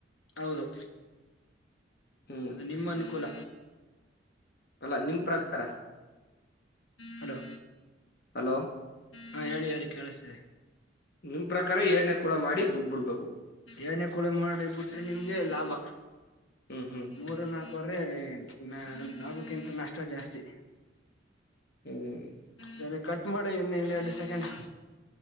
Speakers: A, on the left (about 80°); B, on the left (about 55°).
A: ಹೌದು
B: ಹ್ಮ್
A: ಅದು ನಿಮ್ಮ ಅನುಕೂಲ
B: ಅಲ್ಲ ನಿಮ ಪ್ರಕಾರ
A: ಹಲೋ
B: ಹಲೋ
A: ಹಾ ಹೇಳಿ ಹೇಳಿ ಕೇಳಿಸ್ತಿದೆ
B: ನಿಮ ಪ್ರಕಾರ ಎರಡನೇ ಕಳ ಮಾಡಿ ಬಿಟ್ಬಿಡ್ಬೇಕು
A: ಏನೇ ಕೂಳ ಮಾಡಿ ಬಿಟ್ರೆ ನಿಮ್ಗೆ ಲಾಭ
B: ಹ್ಮ್ ಹ್ಮ್
A: ಮೂರು ನಾಕ ವರ್ಷ ಅ್ರೆ ನ ಲಾಭಕ್ಕಿಂತ ನಷ್ಟ ಜಾಸ್ತಿ
B: ಹ್ಮ್
A: ಸರಿ ಕಟ್ ಮಾಡಿ ಇನ್ನ ಇನ್ನ ಎರಡು ಸೆಕೆಂಡ್